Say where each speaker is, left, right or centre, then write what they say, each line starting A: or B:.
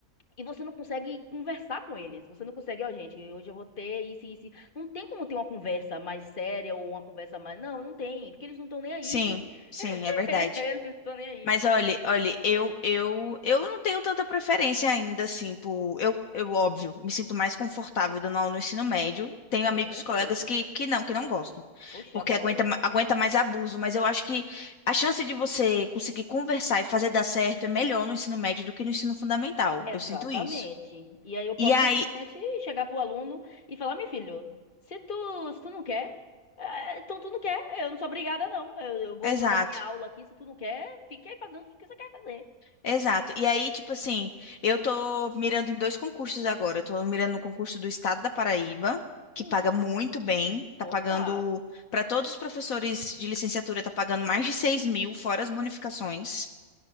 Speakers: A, on the left; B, on the left.
A: E você não consegue conversar com eles. Você não consegue, ó, gente, hoje eu vou ter isso e isso. Não tem como ter uma conversa mais séria ou uma conversa mais. Não, não tem, porque eles não estão nem aí.
B: Sim,
A: <laughs>
B: sim, é verdade.
A: Eles não estão nem aí.
B: Mas olha, olha, eu, eu, eu não tenho tanta preferência ainda, assim, por, eu, eu, óbvio, me sinto mais confortável dando aula no ensino médio. Tenho
A: Com
B: amigos,
A: certeza.
B: colegas que, que não, que não gostam,
A: Oxe,
B: porque
A: adoro.
B: aguenta, ma- aguenta mais abuso, mas eu acho que a chance de você conseguir conversar e fazer dar certo é melhor no ensino médio do que no ensino fundamental.
A: Exatamente.
B: Eu sinto isso.
A: E aí eu posso
B: E aí,
A: simplesmente chegar pro aluno e falar, meu filho, se tu, se tu não quer, eh, então tu não quer, eu não sou obrigada, não. Eu, eu vou,
B: exato.
A: vou dar minha aula aqui, se tu não quer, fica aí fazendo o que você quer fazer.
B: Exato. E aí, tipo assim, eu tô mirando em dois concursos agora. Eu tô mirando no concurso do Estado da Paraíba, que
A: Hum,
B: paga muito bem. Tá
A: opa,
B: pagando, para todos os professores de licenciatura, tá pagando mais de 6 mil, fora as bonificações.